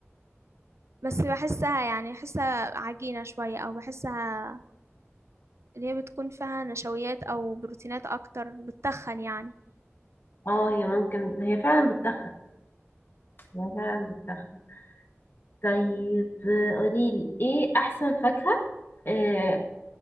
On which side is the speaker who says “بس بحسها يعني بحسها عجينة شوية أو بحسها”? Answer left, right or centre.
Right